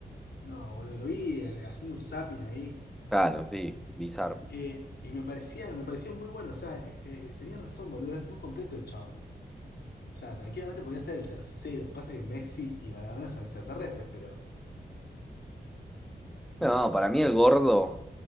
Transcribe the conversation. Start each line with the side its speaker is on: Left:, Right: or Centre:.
Left: no, boludo, lo vi eh, haciendo un zapping ahí.
Centre: Claro, sí, bizarro.
Left: eh, y me parecía, me pareció muy bueno. O sea, eh, eh, tenía razón, boludo, es muy completo el chabón. O sea, tranquilamente podía ser el tercero. Pasa que Messi y Maradona son extraterrestres, pero
Centre: No, para mí el gordo,